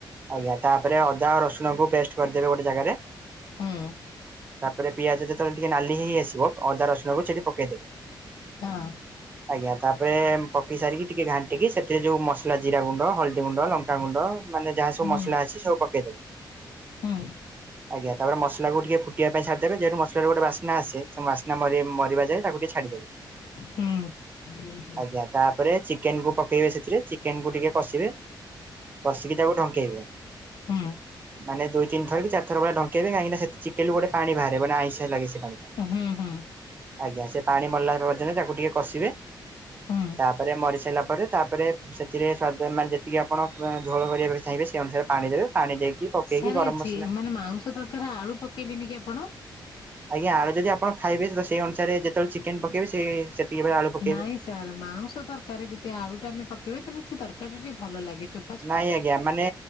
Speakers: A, on the right; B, on the left.
A: ଆଜ୍ଞା ତାପରେ ଅଦା ରସୁଣ କୁ ପେଷ୍ଟ କରିଦେବେ ଗୋଟେ ଜାଗାରେ।
B: ହୁଁ
A: ତାପରେ ପିଆଜ ଯେତେବେଳେ ଟିକେ ନାଲି ହେଇ ଆସିବ ଅଦା ରସୁଣକୁ ସେଠି ପକେଇଦେବେ।
B: ହଁ।
A: ଆଜ୍ଞା ତାପରେ ପକେଇ ସାରିକି ଟିକେ ଘାଣ୍ଟିକି ସେଥିରେ ଯୋଉ ମସଲା ଜିରା ଗୁଣ୍ଡ, ହଳଦୀ ଗୁଣ୍ଡ, ଲଙ୍କ ଲଙ୍କା ଗୁଣ୍ଡ ମାନେ ଯାହା ସବୁ
B: ହୁଁ
A: ମସଲା ଅଛି ସବୁ ପକେଇ ଦେବେ।
B: ହୁଁ
A: ଆଜ୍ଞ ତାରେ ମସଲାକୁ ଟିକେ ଫୁଟିବା ପାଇଁ ଛାଡିଦେବେ ଯାହେତୁ ମସଲା ର ଗୋଟେ ବା ସ୍ନା ସେ ମରି ମରିବା ଯାଏ ତାକୁ ଟିକେ ଛାଡିଦେବେ।
B: ହୁଁ <unintelligible>
A: ଆଜ୍ଞା ତାପରେ ଚିକେନ କୁ ପକେଇବେ ସେଥିରେ ଚିକେନ କୁ ଟିକେ କଷିବେ। ବସିକି ତାକୁ ଡ଼ଙ୍କେଇବେ
B: ହୁଁ
A: ମାନେ ଦୁଇ। ତିନିଥର କି ଚାରିଥର ଭଳିଆ ଡଙ୍କେଇବେ କାହିଁକି ନାଁ ସେ ଚିକେନ ଗୋଟେ ପାଣି ବାହାରେ ମାନେ ଆଇଁସିଆ ଲାଗେ ସେ ପାଣି ଟା।
B: ହୁଁ ହୁଁ
A: ଆଜ୍ଞା ସେ ପାଣି ମରିଲା ପର୍ଯ୍ୟନ୍ତ ତାକୁ ଟିକେ କଷିବେ
B: ହୁଁ
A: ତାପରେ ମରି ସାରିଲା ପରେ। ତାପରେ ସେଥିରେ ସ୍ୱାଦ ମାନେ ଯେତିକି ଆପଣ ଝୋଳ କରିବା ଚାହିଁବେ ସେ ଅନୁସାରେ ପାଣି ଦେବେ ପାଣି ଦେଇକି ପକେଇକି
B: ସାରେଜି
A: ଗରମ ମସଲା
B: ମାନେ ମାଉଂସ ତରକାରୀରେ ଆଳୁ ପକେଇଲେନି କି ଆପଣ।
A: ଆଜ୍ଞା ଆଳୁ ଯଦି ଆପଣ ଖାଇବେ ତ ସେଇ ଅନୁସାରେ ଯେତେବେଳେ ଚିକେନ ପକେଇବେ ସେଇ ସେତିକି ସେ ବେଳେ ଆଳୁ ପକେଇବେ।
B: ନାଇଁ ସାର ମାଉଁସ ତରକାରୀରେ ଯଦି ଆଳୁ ଟା ଆମେ ପକେଇବା ତାହେଲେ ସେ ତରକାରୀ ଟା ଟିକେ ଭଲ ଲାଗେ ଚପ।
A: ନାଇଁ ଆଜ୍ଞା ମାନେ